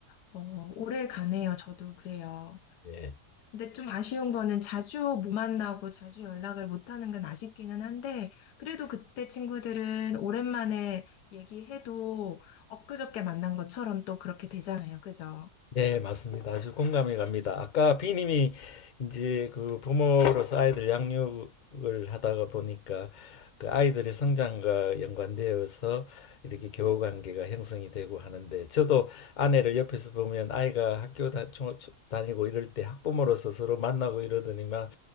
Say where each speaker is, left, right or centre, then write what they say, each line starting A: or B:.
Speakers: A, on the left (about 80°); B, on the left (about 40°).
A: 어, 오래 가네요. 저도 그래요.
B: 예.
A: 근데 좀 아쉬운 거는 자주 못 만나고 자주 연락을 못 하는 건 아쉽기는 한데, 그래도 그때 친구들은 오랜만에 얘기해도 엊그저께 만난 것처럼 또 그렇게 되잖아요. 그죠?
B: 네, 맞습니다. 아주 공감이 갑니다. 아까 비님이 이제 그 부모로서 아이들 양육을 하다가 보니까 그 아이들의 성장과 연관되어서 이렇게 교우 관계가 형성이 되고 하는데 저도 아내를 옆에서 보면 아이가 학교 다, 초- 초- 다니고 이럴 때 학부모로서 서로 만나고 이러더니만